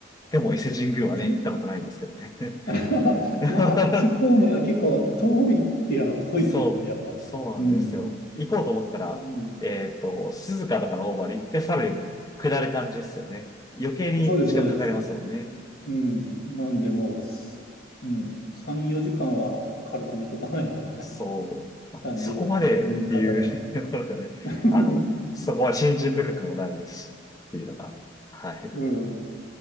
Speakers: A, on the left; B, on the left.
A: でも伊勢神宮はね、
B: ちな
A: 行ったことないんですけどね。
B: <laughs>
A: <laughs>
B: まあ、あっち方面は結構遠いって言えば遠いですよね、
A: そう、
B: やっぱり。
A: そうなんですよ。
B: うん。
A: 行こうと思ったら、
B: うん。
A: えっと、静かとかの方まで行って、さらに下る感じですよね。余計に時間かかりますもんね。
B: そうです、そうです。うん。なんで、もうす、うん。3、4時間は軽く見とかないとみたいな
A: そう、まあ、
B: 感じですかね。
A: そこまでっていう
B: うん、片道。
A: <laughs> ところがね、
B: <laughs>
A: あの、そこは信心深くもないですし、っていうのが、はい。
B: うん